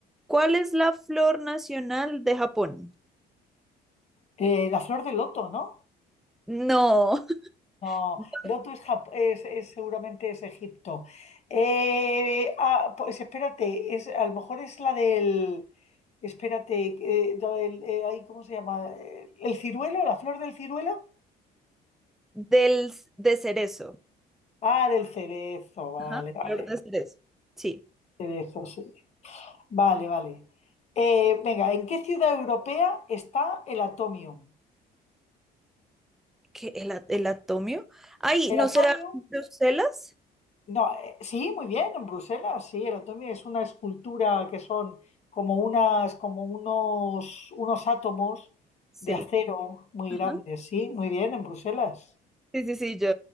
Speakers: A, in the centre; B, on the left.
A: ¿Cuál es la flor nacional de Japón?
B: Eh, la flor de loto, ¿no?
A: No,
B: No,
A: <laughs>
B: loto es, Jap- es- es- seguramente es Egipto. Eh, ah, pues espérate, es, a lo mejor es la del, espérate, eh, do- el- eh, ay, ¿cómo se llama? Eh, ¿El ciruelo? ¿La flor del ciruelo?
A: del de cerezo.
B: Ah, del cerezo, vale.
A: Ajá,
B: vale.
A: flor de cerezo. Sí,
B: de eso, sí. Vale, vale. Eh, venga, ¿en qué ciudad europea está el Atomium?
A: que el, a- el atomio. Ay,
B: El
A: ¿no
B: Atomium,
A: será Bruselas?
B: no, eh, sí, muy bien, en Bruselas, sí, el Atomium es una escultura que son como unas, como unos, unos átomos
A: Sí.
B: de acero muy
A: Ajá.
B: grandes, sí, muy bien, en Bruselas.
A: Sí, sí, sí, yo